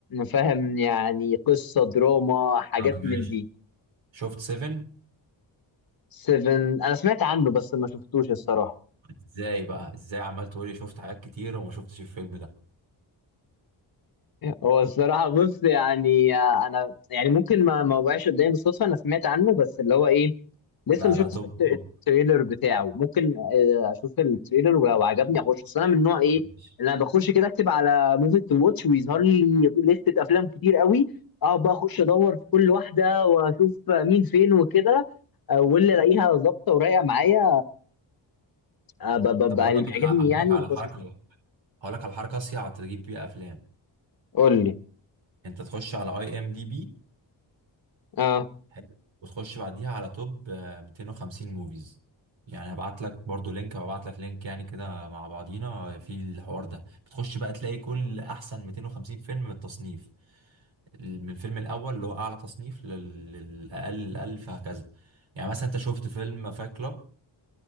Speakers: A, on the left; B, on the right.
A: فاهم يعني قصة دراما حاجات
B: طب ماشي
A: من دي
B: شفت سيفن
A: سيفن انا سمعت عنه بس ما شفتوش الصراحة
B: ازاي بقى ازاي عمال تقولي شفت حاجات كتير وما شفتش الفيلم ده
A: هو الصراحة بص يعني آه، أنا يعني ممكن ما ما وقعش قدامي بالصدفة أنا سمعت عنه بس اللي هو إيه لسه
B: لا
A: ما شفتش
B: لا توب
A: الت-
B: توب
A: التريلر بتاعه ممكن آه، أشوف التريلر ولو عجبني أخش أصل أنا من نوع إيه
B: ماشي.
A: اللي أنا بخش كده أكتب على موفي تو واتش ويظهر لي لستة أفلام كتير قوي أقعد بقى أخش أدور في كل واحدة وأشوف آه، مين فين وكده آه، واللي ألاقيها ظابطة ورايقة معايا آه، ب- ب-
B: طب
A: ب- اللي
B: اقول لك
A: بيعجبني
B: على اقول
A: يعني
B: لك على
A: بخش
B: حركه
A: أشوفه
B: هقول لك على حركه اصيع تجيب بيها افلام
A: قول لي
B: انت تخش على اي ام دي بي
A: اه
B: حلو وتخش بعديها على توب آه، 250 موفيز يعني هبعت لك برضو لينك هبعت لك لينك يعني كده مع بعضينا في الحوار ده بتخش بقى تلاقي كل احسن 250 فيلم من التصنيف ال- من الفيلم الاول اللي هو اعلى تصنيف لل- للاقل الاقل فهكذا يعني مثلا انت شفت فيلم فايت كلاب